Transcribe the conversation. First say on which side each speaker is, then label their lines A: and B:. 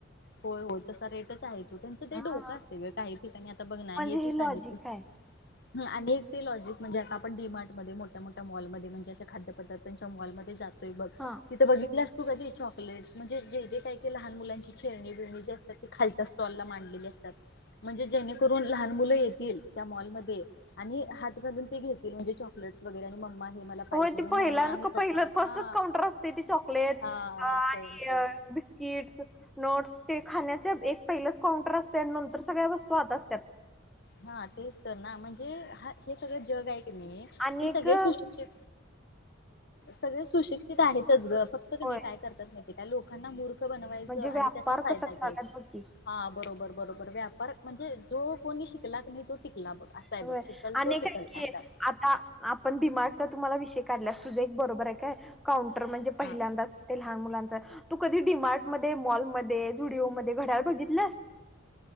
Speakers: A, on the left; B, in the centre.
A: होय हो तसा रेटच आहे तो त्यां ते
B: हा
A: डोकं असते काही ठिकाणी आता बघ ना
B: म्हणजे
A: हे तू सांगितली
B: लॉजिक आहे
A: आणि ते लॉजिक म्हणजे आपण डी मार्ट मध्ये मोठ्या-मोठ्या मॉल मध्ये म्हणजे असे खाद्यपदार्थांच्या मॉलमध्ये जातोय बघ.
B: <inaudible>
A: तिथे बघितलं तू कधी चॉकलेटस म्हणजे जे ज काय लहान मुलां खेळणी बिळणी जे असतात ते खालच्या स्टॉलला मांडलेले असतात म्हणजे जेणेकरून लहान मुलं येतील त्या मॉलमध्ये आणि हात घालून ते घेतील म्हणजे चॉकलेट्स वगैरे आणि मम्मा हे मला पाहिजे
B: हो ती
A: मग
B: पहिल्या
A: मम्मा आणि पप्पा
B: पहिलं फर्स्टच
A: हा
B: काउंटर असते ती चॉकलेट
A: हा
B: आणि
A: सेम सेम
B: बिस किट्स नोट्स ते खाण्याचे एक पहिलंच काउंटर असते आणि नंतर सगळ्या वस्तू आत असतात.
A: हा तेच तर ना म्हणजे हा हे सगळं जग आहे
B: आणि
A: ते
B: एक
A: सगळे
B: हा
A: सुशिक्षित सगळे सुशिक्ष ते तर आहेतच ग फक्त
B: होय
A: नाही काय करतच त्या लोकांना मूर मूर्ख बनवायचं
B: म्हणजे
A: आणि
B: व्यापार
A: त्याचा फायदा
B: कसा करायलात
A: घ्यायचा
B: बघ की
A: हा बरोबर-बरोबर व्यापार म्हणजे जो कोणी शिकला नाही तो टिकला बघ असाय
B: होय
A: बघ शिकल
B: आणि
A: तो टिकल
B: काय
A: असाय
B: की
A: हाय
B: आता आपण डिमार्गचा तुम्हाला विषय काढल्यास तुझे एक बरोबर आहे काय काउं म्हणजे
A: आहे
B: पहिल्यांदाच लहान मुलांच तू कधी डिमार्ट मध्ये मॉलमध्येध्ये जुडिओमध्ये घड्याळ बघितलंस